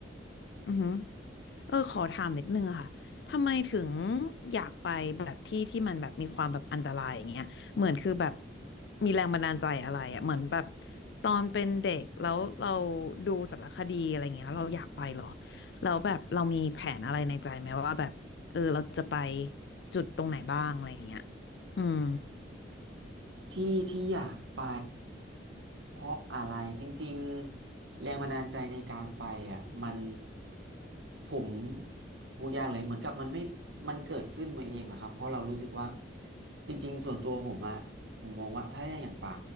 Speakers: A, on the left (about 65°); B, on the right (about 80°).
A: อือหือเออขอถามนิดนึงอะค่ะ ทำไมถึงอยากไปแบบที่ที่มันแบบมีความแบบอันตรายอย่างเงี้ยเหมือนคือแบบมีแรงบันดาลใจอะไรอะเหมือนแบบตอนเป็นเด็กแล้วเราดูสารคดีอะไรเงี้ยแล้วเราอยากไปเหรอแล้วแบบเรามีแผนอะไรในใจไหมว่าแบบเออเราจะไปจุดตรงไหนบ้างอะไรเงี้ยอืม
B: ที่ที่อยากไปเพราะอะไรจริงๆแรงบันดาลใจในการไปอ่ะมันผมพูดยากเลยเหมือนกับมันไม่มันเกิดขึ้นมาเองอะครับเพราะเรารู้สึกว่าจริงๆส่วนตัวผมอะผมมองว่าถ้าอย่างป่า